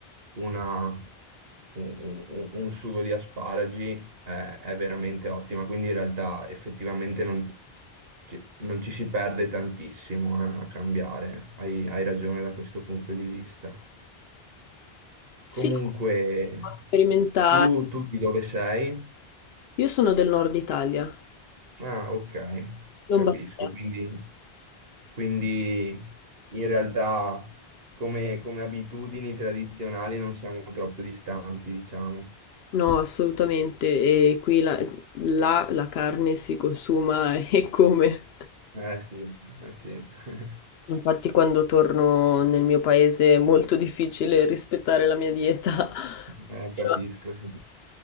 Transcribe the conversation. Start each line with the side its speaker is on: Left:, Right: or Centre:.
Right: una- un, un- un sugo di asparagi è, è veramente ottima, quindi in realtà effettivamente non ci, non ci si perde tantissimo, eh, a cambiare, hai, hai ragione da questo punto di vista.
Left: Sì,
Right: Comunque,
Left: sperimentare.
Right: tu, tu di dove sei?
Left: Io sono del nord Italia,
Right: Ah, ok, capisco,
Left: Lombardia.
Right: quindi, quindi in realtà come, come abitudini tradizionali non siamo troppo distanti, diciamo.
Left: No, assolutamente, e qui la, là la carne si consuma <laughs> e come.
Right: Eh sì, eh sì, <laughs>
Left: Infatti quando torno nel mio paese è molto difficile rispettare la mia dieta, <laughs>
Right: Eh,
Left: però
Right: capisco, sì.